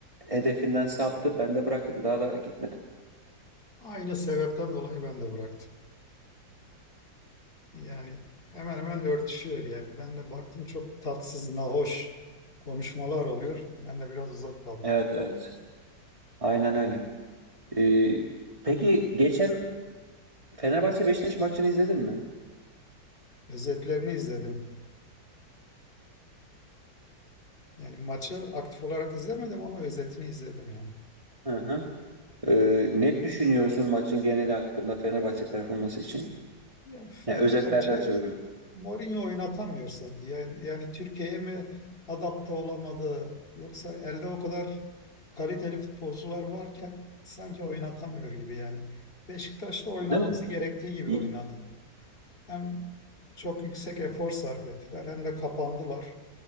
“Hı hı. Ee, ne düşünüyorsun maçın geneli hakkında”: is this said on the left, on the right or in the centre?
Right